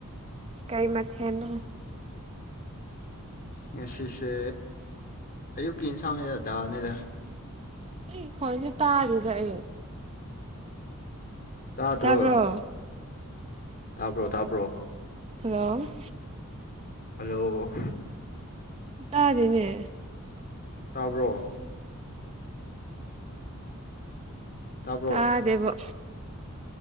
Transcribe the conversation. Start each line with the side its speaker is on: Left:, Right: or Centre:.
Right: ꯀꯩ ꯃꯊꯦꯅ
Left: ꯉꯁꯤꯁꯦ ꯑꯌꯨꯛꯀꯤ ꯏꯟꯁꯥꯡꯅꯦꯗ ꯗꯥꯜꯅꯦꯗ
Right: ꯑꯩ ꯈ꯭ꯋꯥꯏꯁꯦ ꯇꯥꯔꯤꯗꯑ
Left: ꯇꯥꯇ꯭ꯔꯣ
Right: ꯇꯥꯕ꯭ꯔꯣ
Left: ꯊꯥꯄ꯭ꯔꯣ ꯊꯥꯄ꯭ꯔꯣ
Right: ꯍꯜꯂꯣ
Left: ꯍꯜꯂꯣ
Right: ꯇꯥꯗ‌ꯣꯅꯦ
Left: ꯇꯥꯕ꯭ꯔꯣ ꯇꯥꯕ꯭ꯔꯣ
Right: ꯇꯥꯖꯦꯕ